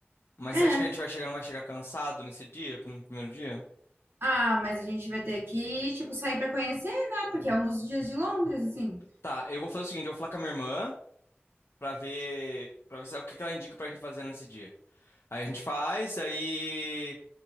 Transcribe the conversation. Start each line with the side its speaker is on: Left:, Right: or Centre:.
Left: Mas
Right: É.
Left: você acha que a gente vai chegar, não vai chegar cansado nesse dia, no primeiro dia?
Right: Ah, mas a gente vai ter que, tipo, sair pra conhecer, né? Porque é um dos dias de Londres, assim.
Left: Tá, eu vou fazer o seguinte, eu vou falar com a minha irmã pra ver, pra ver se- é o que que ela indica pra gente fazer nesse dia. Aí a gente faz, aí.